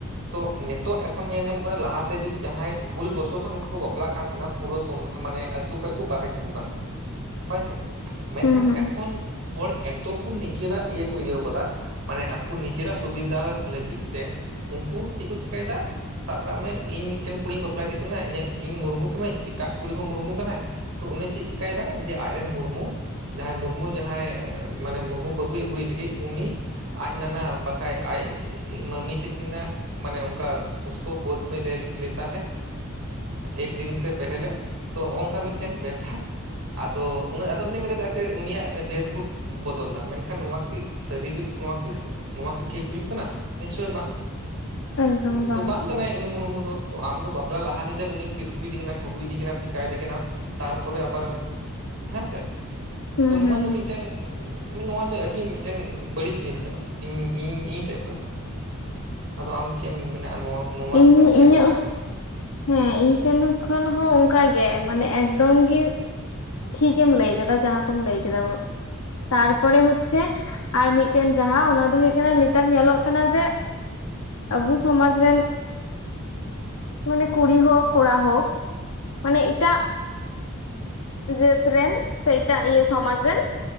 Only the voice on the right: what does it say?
ᱛᱚ ᱱᱤᱛᱚ ᱠᱷᱚᱱ ᱧᱮᱞ ᱧᱟᱢᱚᱜ ᱠᱟᱱᱟ ᱞᱟᱦᱟᱛᱮ ᱡᱩᱫᱤ ᱡᱟᱦᱟᱸᱭ ᱵᱷᱩᱞ ᱵᱚᱥᱚᱛᱚ ᱱᱚᱝᱠᱟ ᱠᱚ ᱵᱟᱯᱞᱟᱜ ᱠᱟᱱ ᱛᱟᱦᱮᱱᱟ ᱯᱩᱨᱟᱹ ᱥᱚᱢᱟᱱ ᱢᱟᱱᱮ ᱟᱹᱛᱩᱳ ᱠᱷᱚᱡ ᱠᱚ ᱵᱟᱼᱼ <unintelligible> ᱠᱟᱱ ᱛᱟᱦᱮᱱᱟ ᱦᱳᱭᱥᱮ ᱢᱮᱱᱠᱷᱟᱱ
ᱮᱠᱷᱚᱱ ᱦᱚᱲ ᱮᱛᱚ ᱠᱩ ᱱᱤᱡᱮᱨᱟᱜ ᱤᱭᱟᱹ ᱠᱚ ᱤᱭᱟᱹᱣ ᱠᱟᱫᱟ ᱢᱟᱱᱮ ᱟᱠᱚ ᱱᱤᱡᱮᱨᱟᱜ ᱥᱩᱵᱤᱫᱷᱟ ᱞᱟᱹᱜᱤᱫ ᱛᱮ ᱩᱝᱠᱩ ᱪᱮᱫ ᱠᱚ ᱪᱤᱠᱟᱭᱮᱫᱟ ᱥᱟᱵ ᱠᱟᱜ ᱢᱮ ᱤᱧ ᱢᱤᱫᱴᱮᱱ ᱠᱩᱲᱤᱧ ᱵᱟᱯᱞᱟᱭᱮᱫᱮ ᱠᱟᱱᱟ ᱤᱧᱮ ᱤᱧ ᱢᱩᱨᱢᱩ ᱠᱟᱹᱱᱟᱹᱧ ᱮᱴᱟᱜ ᱠᱩᱲᱤ ᱦᱚᱸ ᱢᱩᱨᱢᱩ ᱠᱟᱱᱟᱭ ᱛᱚ ᱩᱱᱤ ᱪᱤᱫ ᱪᱤᱠᱟᱭᱮᱫᱟᱭ ᱡᱮ ᱟᱡᱨᱮᱱ ᱢᱩᱨᱢᱩ ᱡᱟᱦᱟᱸᱭ ᱢᱩᱨᱢᱩ ᱡᱟᱦᱟᱸᱭ ᱢᱟᱱᱮ ᱢᱩᱨᱢᱩ ᱵᱟᱹᱦᱩᱭ ᱟᱹᱜᱩᱭᱮ ᱞᱤᱜᱤᱫ ᱩᱱᱤ ᱟᱡ ᱱᱟᱱᱟ ᱵᱟᱠᱷᱟᱡ ᱟᱡ ᱢᱟᱹᱢᱤ ᱛᱟᱹᱠᱤᱱᱟᱜ ᱢᱟᱱᱮ ᱚᱝᱠᱟ ᱩᱥᱠᱩ ᱜᱳᱫ ᱢᱮ ᱞᱮ ᱞᱮᱛᱟ ᱦᱮ ᱮᱠ ᱫᱤᱱ ᱥᱮ ᱯᱮᱦᱞᱮ ᱛᱚ ᱚᱝᱠᱟ ᱢᱤᱫᱴᱮᱱ <unintelligible> ᱟᱫᱚ ᱩᱱᱟᱜ ᱟᱫᱚ ᱱᱤᱝᱠᱟ ᱠᱟᱛᱮ ᱟᱨᱠᱤ ᱩᱱᱤᱭᱟᱜ ᱡᱟᱹᱛ ᱠᱩ <unintelligible> ᱵᱚᱫᱚᱞ ᱫᱟ ᱢᱮᱱᱠᱷᱟᱱ ᱱᱚᱣᱟ ᱠᱤ ᱥᱟᱹᱨᱤ ᱦᱩᱭᱩᱜ ᱱᱚᱣᱟ ᱠᱤ ᱱᱚᱣᱟᱠᱤ ᱴᱷᱤᱠ ᱦᱩᱭᱩᱜ ᱠᱟᱱᱟ ᱱᱤᱥᱪᱳᱭ ᱵᱟᱝ
ᱩᱱᱤ
ᱛᱚ ᱵᱟᱝ ᱠᱟᱱᱟᱭ ᱩᱱᱤ ᱢᱩᱨᱢᱩ ᱫᱚ᱾ <unintelligible> ᱛᱚ ᱟᱢ ᱫᱚ ᱵᱟᱯᱞᱟ ᱞᱟᱦᱟ ᱦᱤᱞᱳᱜ ᱩᱱᱤ ᱠᱤᱥᱠᱩ ᱩᱫᱤ ᱠᱟᱱᱟ ᱴᱩᱰᱩ ᱤᱫᱤ ᱠᱟᱱᱟᱢ ᱪᱤᱠᱟᱭᱮᱫᱤ ᱠᱟᱱᱟᱢ ᱛᱟᱨᱯᱚᱨᱮ ᱟᱵᱟᱨ ᱦᱮᱸᱥᱮ
ᱛᱚ ᱱᱚᱣᱟ
ᱫᱚ ᱢᱤᱫᱴᱮᱱ ᱱᱚᱣᱟ ᱫᱚ ᱟᱹᱰᱤ ᱢᱤᱫᱴᱮᱱ ᱵᱟᱹᱲᱤᱡ ᱡᱤᱱᱤᱥ ᱠᱟᱱᱟ ᱤᱝ ᱤᱝ ᱤᱧ ᱥᱮᱫ ᱠᱷᱚᱱ ᱫᱚ᱾ ᱟᱫᱚ ᱟᱢ ᱪᱮᱫ ᱮᱢ <unintelligible> ᱱᱚᱣᱟ
ᱪᱮᱛᱟᱱ ᱪᱮᱫ
ᱮᱢ ᱢᱮᱛᱟᱜ ᱠᱟᱱᱟ